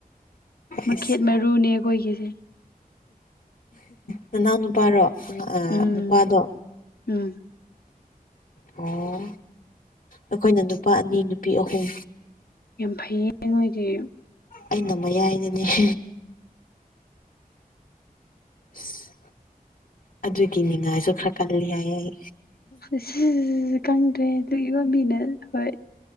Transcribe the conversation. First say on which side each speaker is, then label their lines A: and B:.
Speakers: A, on the left; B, on the left.
A: ꯃꯈꯦꯠ
B: ꯑꯁ
A: ꯃꯔꯨꯅꯦ ꯑꯩꯈꯣꯏꯒꯤꯁꯦ
B: ꯅꯅꯥꯎ ꯅꯨꯄꯥꯔꯣ ꯎꯝ ꯑꯥ
A: ꯎꯝ
B: ꯅꯨꯄꯥꯗꯣ
A: ꯎꯝ
B: ꯑꯣ ꯑꯈꯣꯏꯅ ꯅꯨꯄꯥ ꯑꯅꯤ ꯅꯨꯄꯤ ꯑꯍꯨꯝ
A: ꯌꯥꯝ ꯐꯩꯌꯦ ꯅꯣꯏꯗꯤ
B: ꯑꯩꯅ ꯃꯌꯥꯏꯗꯅꯦ <unintelligible> ꯏꯁ ꯑꯗꯨꯒꯤ ꯅꯤꯡꯉꯥꯏꯁꯨ ꯈꯔ ꯀꯜꯂꯤ ꯍꯥꯏꯌꯦ ꯑꯩ
A: <unintelligible> ꯈꯪꯗ꯭ꯔꯦ ꯑꯗꯨ <unintelligible> ꯍꯣꯏ